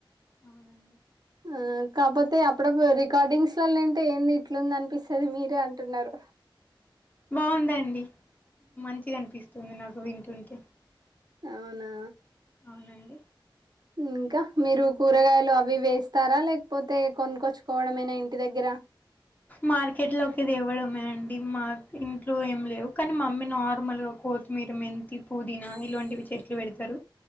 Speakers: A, on the left; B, on the right.
A: అవునండి
B: ఆ కాకపోతే అప్పుడప్పుడు రికార్డింగ్స్ లోంటే ఏంది ఇట్లుంది అనిపిస్తుంది మీరే అంటున్నారు
A: బాగుందండి మంచిగనిపిస్తుంది నాకు వింటుంటే
B: అవునా
A: అవునండి
B: ఇంకా మీరు కూరగాయలు అవి ఇవి వేస్తారా లేకపోతే కొనుకొచ్చుకోవడం మేనా ఇంటి దగ్గర
A: మార్కెట్ లోకి తేవడమే అండి మా ఇంట్లో ఏమి లేవు కానీ మమ్మీ నార్మల్ గా కోతిమీ మెంతి పుదనా ఇలొంటివి చెట్లు పెడతారు